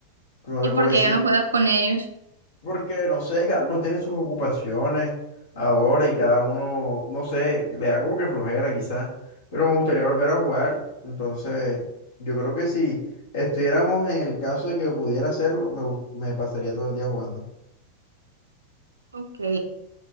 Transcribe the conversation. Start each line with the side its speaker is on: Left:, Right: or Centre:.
Left: no
Right: ¿Y
Left: te
Right: por
Left: puedo decir
Right: qué ya no juegas con ellos?
Left: porque, no sé, cada uno tiene sus ocupaciones ahora y cada uno, no sé, le da como que flojera quizás, pero me gustaría volver a jugar. Entonces, yo creo que si estuviéramos en el caso de que pudiera hacerlo, me, gust- me pasaría todo el día jugando.
Right: Ok,